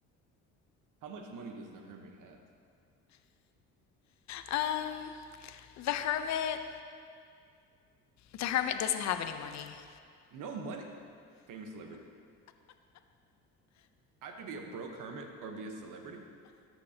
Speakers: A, on the right; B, on the left.
A: How much money does the hermit have?
B: Um, the hermit the hermit doesn't have any money.
A: No money. Famous celebrity. I have to be a broke hermit or be a celebrity